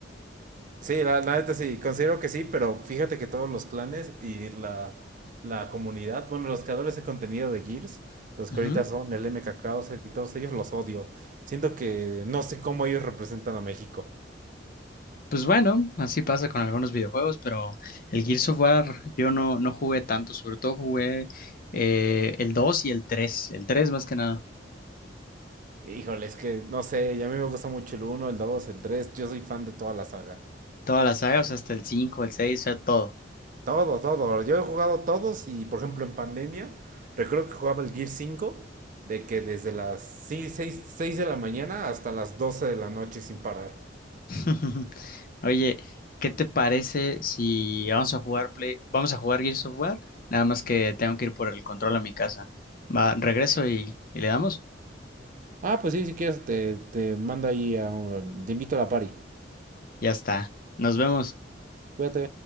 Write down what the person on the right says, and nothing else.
Sí, la, la neta sí, considero que sí, pero fíjate que todos los clanes y la, la comunidad, bueno, los creadores de contenido de Gears, los
que ahorita son el MK Krauser y todos ellos, los odio. Siento que no sé cómo ellos representan a México.
Híjole, es que no sé, y a mí me gusta mucho el uno, el 2, el 3. yo soy fan de toda la saga.
Todo, todo. Yo he jugado todos y, por ejemplo, en pandemia, recuerdo que jugaba el Gear cinco de que desde las sí, seis seis de la mañana hasta las 12 de la noche sin parar.
Ah, pues sí, si quieres, te, te mando ahí, a un- te invito a la party.
Cuídate.